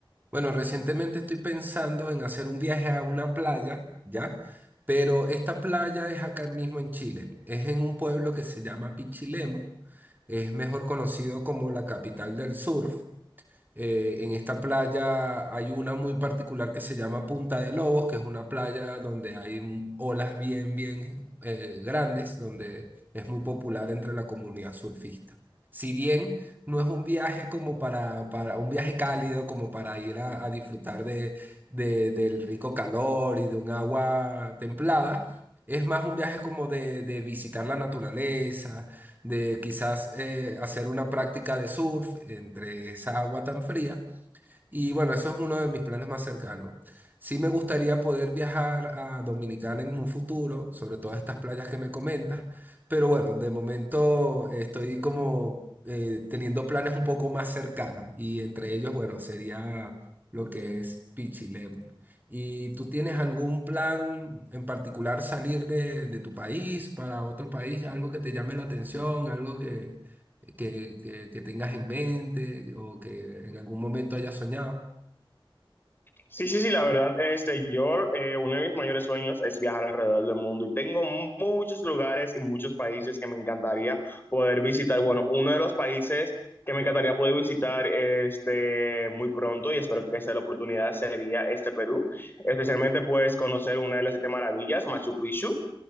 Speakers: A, on the right; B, on the left.
A: Bueno, recientemente estoy pensando en hacer un viaje a una playa, ¿ya? Pero esta playa es acá mismo en Chile. Es en un pueblo que se llama Pichilemu. Es mejor conocido como la capital del surf. Eh, en esta playa hay una muy particular que se llama Punta de Lobos, que es una playa donde hay m- olas bien, bien eh, grandes, donde es muy popular entre la comunidad surfista. Si bien no es un viaje como para, para un viaje cálido, como para ir a, a disfrutar de, de- del rico calor y de un agua templada, es más un viaje como de, de visitar la naturaleza de quizás eh, hacer una práctica de surf entre esa agua tan fría y bueno, eso es uno de mis planes más cercanos. Sí me gustaría poder viajar a Dominicana en un futuro, sobre todas estas playas que me comentas, pero bueno, de momento eh, estoy como eh, teniendo planes un poco más cercanos y entre ellos, bueno, sería lo que es Pichilemu. ¿Y tú tienes algún plan en particular salir de, de tu país para otro país, algo que te llame la atención, algo que, que- que tengas en mente o que en algún momento hayas soñado.
B: Sí, sí, sí, la verdad, este, yo, eh, uno de mis mayores sueños es viajar alrededor del mundo y tengo mu- muchos lugares y muchos países que me encantaría poder visitar. Bueno, uno de los países que me encantaría poder visitar este, muy pronto y espero que sea la oportunidad sería este Perú, especialmente pues conocer una de las siete maravillas, Machu Picchu.